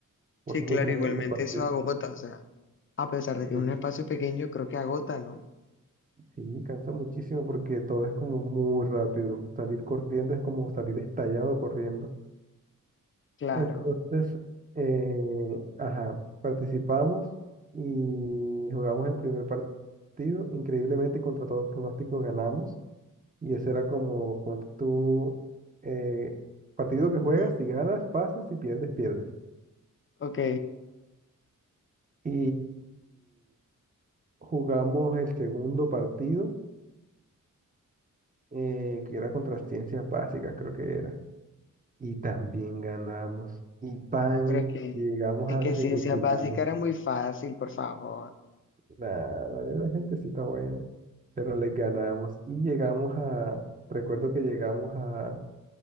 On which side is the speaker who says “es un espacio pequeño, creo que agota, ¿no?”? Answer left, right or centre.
Left